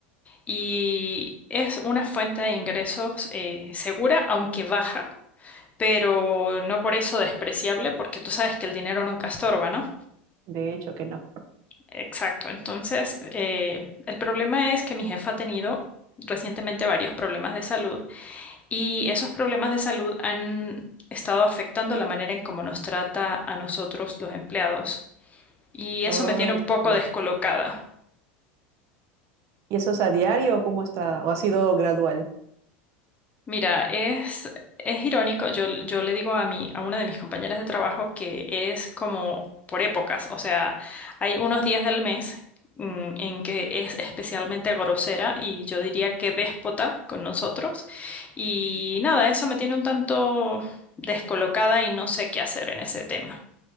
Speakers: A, on the left (about 25°); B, on the right (about 50°).
A: y es una fuente de ingresos eh, segura, aunque baja, pero no por eso despreciable, porque tú sabes que el dinero nunca estorba, ¿no?
B: De hecho que no.
A: Exacto. Entonces, eh, el problema es que mi jefa ha tenido recientemente varios problemas de salud y esos problemas de salud han estado afectando la manera en cómo nos trata a nosotros los empleados y eso
B: Ay,
A: me tiene un poco
B: ya.
A: descolocada.
B: ¿Y eso es a diario o cómo está? ¿O ha sido gradual?
A: Mira, es, es irónico, yo, yo le digo a mí, a una de mis compañeras de trabajo que es como por épocas, o sea, hay unos días del mes mm, en que es especialmente grosera y yo diría que déspota con nosotros y nada, eso me tiene un tanto descolocada y no sé qué hacer en ese tema.